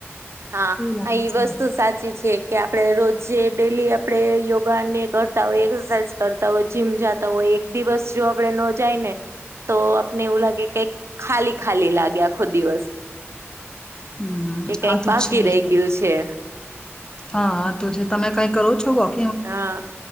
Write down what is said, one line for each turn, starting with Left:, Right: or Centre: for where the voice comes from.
Right: હા
Left: લાગે
Right: હા એ
Left: છે
Right: વસ્તુ સાચી છે કે આપડે રોજે ડેલી આપણે યોગા ને કરતા હોય એક્સરસાઇઝ કરતા હોય જીમ જતા હોય એક દિવસ જો આપડે ન જાય ને તો આપને એવું લાગે કઈક ખાલી ખાલી લાગે આખો દિવસ
Left: હમ્મ
Right: કે કઈક
Left: આ તો
Right: બાકી
Left: છે
Right: રહી ગયું છે
Left: હા આ તો છે તમે કઈ કરો છો વોક
Right: હા